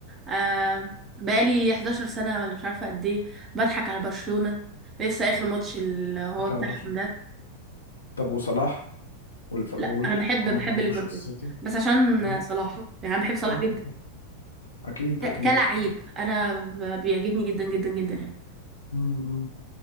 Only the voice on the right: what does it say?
آه بقالي 11 سنة ولا مش عارفة قد ايه بضحك على برشلونة لسه اخر ماتش اللي هو
بتاعهم
ده
لا انا بحب
بحب
ليفربول
بس عشان
صلاح يعني انا بحب صلاح
جدا
ك-
كلاعب انا ب- بيعجبني جدا جدا جدا يعني